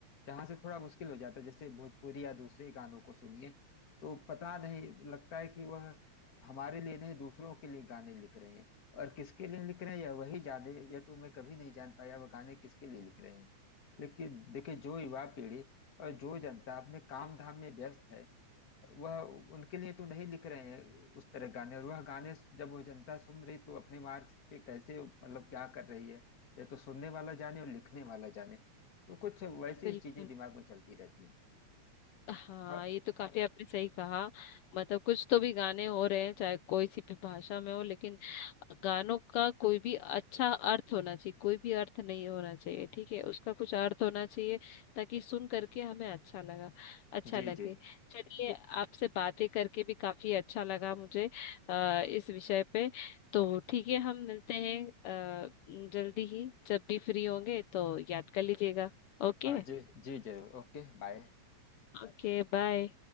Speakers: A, on the left (about 40°); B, on the left (about 80°).
A: जहां से थोड़ा मुश्किल हो जाता है जैसे भोजपुरी या दूसरे गानों को सुनिए तो पता नहीं लगता है कि वह हमारे लिए नहीं दूसरों के लिए गाने लिख रहे हैं और किसके लिए लिख रहे हैं यह वही जाने या तो मैं कभी नहीं जान पाया वह गाने किसके लिए लिख रहे हैं लेकिन देखिए जो युवा पीढ़ी और जो जनता अपने काम धाम में व्यस्त है वह उनके लिए तो नहीं लिख रहे हैं उस तरह गाने और वह गाने जब वो जनता सुन रही तो अपने मार्क्स पे कैसे मतलब क्या कर रही है या तो सुनने वाला जाने और लिखने वाला जाने तो कुछ वैसी
B: बिल्कुल
A: ही चीजें दिमाग में चलती रहती हैं
B: हाँ
A: अ,
B: ये तो काफी आपने सही कहा मतलब कुछ तो भी गाने हो रहे हैं चाहे कोई सी भी भाषा में हो लेकिन गानों का कोई भी अच्छा अर्थ होना चाहिए कोई भी अर्थ नहीं होना चाहिए ठीक है उसका कुछ अर्थ होना चाहिए ताकि सुन करके हमें अच्छा लगा अच्छा
A: जी
B: लगे
A: जी
B: चलिए आपसे बातें करके भी काफी अच्छा लगा मुझे आ, इस विषय पे तो ठीक है हम मिलते हैं आ, जल्दी ही जब भी फ्री होंगे तो याद कर लीजिएगा ओके
A: हाँ जी जी जरूर Okay bye
B: Okay bye